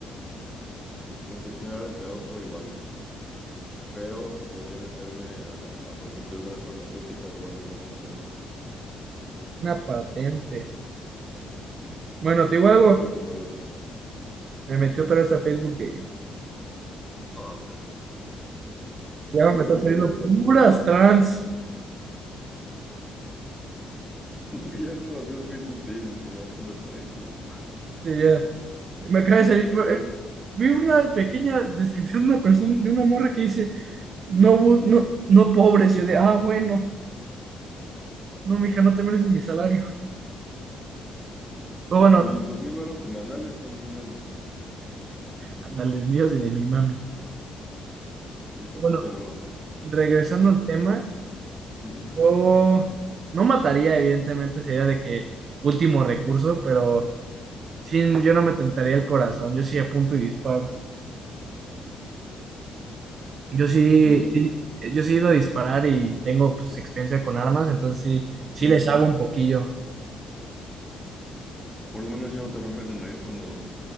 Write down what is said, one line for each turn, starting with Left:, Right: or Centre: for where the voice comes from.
Centre: Concesionarias de auto igual. Pero podría meterme a, a, por ejemplo, alguna farmacéutica, a robarme alguna patente.
Right: una patente. Bueno, te digo
Centre: Podrás
Right: algo,
Centre: irte por algo así.
Right: me metí otra vez a Facebook de
Centre: Otra.
Right: Ya me están
Centre: ¿Y
Right: saliendo
Centre: qué agarraste?
Right: puras trans.
Centre: <laughs> Que ya es demasiado Facebook Dating y la app te lo está diciendo.
Right: Sí, ya. Me acaba de salir.
Centre: A ver,
Right: vi una pequeña descripción de una persona, de una morra que dice, no, bu- no, no pobres, yo de, ah, bueno, no, mija, no te mereces mi salario. Pero
Centre: o sea,
Right: bueno,
Centre: mis dos mil varos semanales son míos de
Right: ándale, el mío es de mi mami.
Centre: El jefita
Right: Bueno,
Centre: nada más.
Right: regresando
Centre: Y,
Right: al tema,
Centre: ujú,
Right: yo no mataría, evidentemente, sería de que último recurso, pero sí, yo no me tentaría el corazón, yo sí apunto y disparo. Yo sí,
Centre: y bueno,
Right: sí, yo sí he ido a disparar y tengo pues, experiencia con armas, entonces sí, sí
Centre: ujú.
Right: les hago un poquillo,
Centre: Por lo menos ya no te rompes la nariz cuando